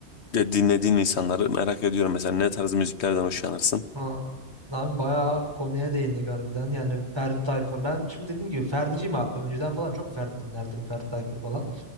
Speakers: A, on the left; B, on the right.
A: e, dinlediğin insanları merak ediyorum. Mesela ne tarz müziklerden hoşlanırsın?
B: Aa, abi bayağı konuya değindik harbiden. Yani Ferdi Tayfur. Ben şimdi dediğim gibi Ferdi'ciyim abi. Önceden falan çok Ferdi dinlerdim. Ferdi Tayfur falan.